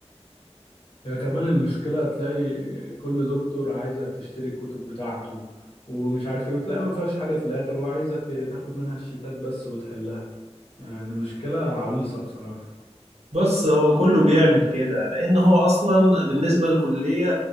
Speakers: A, on the left; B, on the right.
A: ده كمان المشكلة تلاقي كل دكتور عايزك تشتري الكتب بتاعته ومش عارف ايه وتلاقي ما فيهاش حاجة في الآخر هو عايزك تاخد منها الشيتات بس وتحلها يعني مشكلة عويصة بصراحة
B: بص هو كله بيعمل كده لأن هو أصلا بالنسبة للكلية